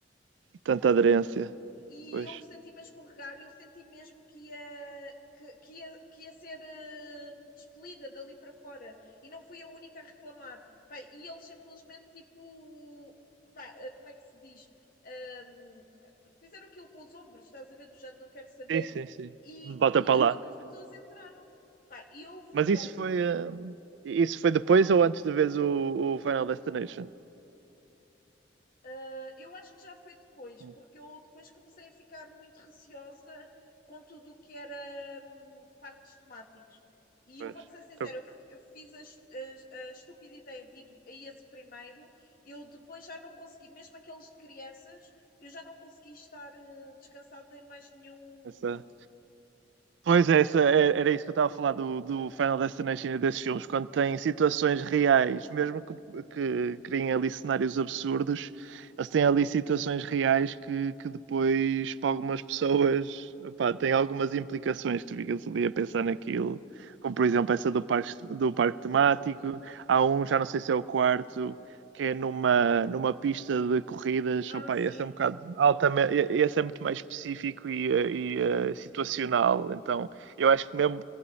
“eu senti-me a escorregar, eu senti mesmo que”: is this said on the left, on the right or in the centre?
Left